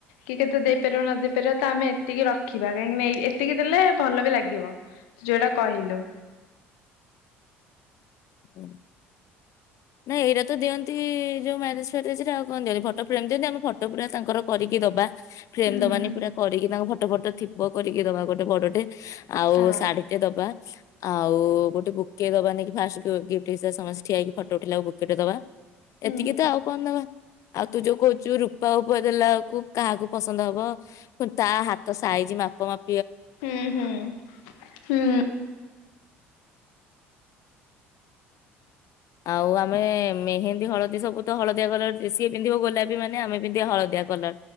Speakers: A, on the left; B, on the left.
A: କି କେତେ ଦେଇପାରିବ ନ ଦେଇେଇ ପାରିବ ତ ଆମେ ଏତିକି ରଖିବା କାହିଁକି ନା ଏତିକି ଦେଲେ ଭଲ ବି ଲାଗିବ ଯୋଉଟା କହିଲୁ।
B: ହୁଁ ନାଇ ଏଇଟା ତ ଦିଅନ୍ତି ଯୋଉ ମ୍ୟାରେଜ ଫ୍ୟାରେଜ ଆଉ କଣ ଦିଅନ୍ତି ଫଟୋ ଫ୍ରେମ ଦିଅନ୍ତି ଆମ ଫଟୋ ପୁରା ତାଙ୍କର କରିକି ଦବା। ଫ୍ରେମ
A: ହୁଁ
B: ଦବାନି ପୁରା କରିକି ତାଙ୍କୁ ଭ ଫଟ ଫଟ ଥିବ କରିକି ଦବା ଗୋଟେ ବଡଟେ ଆଉ
A: ହଁ
B: ଶାଢୀ ଟେ ଦବା। ଆଉ ଗୋଟେ ବୁକେ ଦବା ନ ଫାଷ୍ଟ ଗି୍ଫ୍ଟ ହିସାବରେ ସମସ୍ତେ ଠିଆ ହେଇକି ଫଟ ଓଠିଲା ଆଉ ବୁଟ ଟେ ଦବା।
A: ହୁଁ।
B: ଏତିକି ତ ଆଉ କଣ ଦବା ଆଉ ତୁ ଯୋଉ କହୁଛୁ ର ବାପା ଉପ ଦେଲା କୁ କାହାକୁ ପସନ୍ଦ ହବ ତା ହାତ ସାଇଛି ମାପ ମାପ।
A: ହୁଁ ହୁଁ ହୁଁ।
B: ଆଉ ଆମେ ମେହେନ୍ଦୀ ହଳଦୀ ସବୁ ତ ହଳଦିଆ କଲର ଯେ ସିଏ ପିନ୍ଧିବ ଗୋଲାପୀ ମାନେ ଆମେ ପିନ୍ଧିବା ହଳଦିଆ କଲର